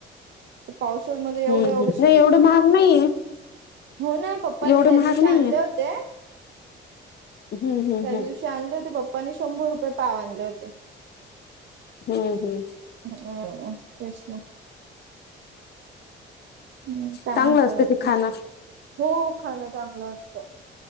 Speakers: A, on the right; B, on the left.
A: पावसामध्ये एवढ्या
B: हम्म
A: एवढेशेच
B: हम् नाही एवढं
A: येतात,
B: महाग नाहीये
A: हो ना. पप्पानी
B: एवढे
A: त्या
B: महाग
A: दिवशी
B: नाहीयेत
A: आणले होते
B: हम्म हम्म
A: त्या
B: हम्
A: दिवशी चे आणले होते पप्पानी शंभर रुपये पाव आणले होते.
B: हम्म हम्म.
A: अहं हं तेच ना. हम्म काय
B: चांगलं
A: म्हणता
B: असतं
A: बाकी?
B: ते खाणं
A: हो खाणं चांगलं असतं.